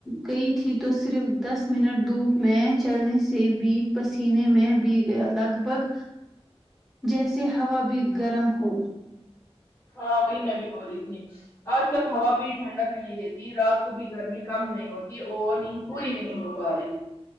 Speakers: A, in the centre; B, on the left (about 25°).
A: گئی تھی تو صرف دس منٹ دھوپ میں چلنے سے بھی پسینے میں بی گیا لگ بھگ جیسے ہوا بھی گرم ہو
B: ہاں وہی میں بھی بول رہی تھی آج کل ہوا بھی ٹھنڈک نہیں دیتی رات کو بھی گرمی کم نہیں ہوتی اور نیند پوری نہیں ہو پا رہی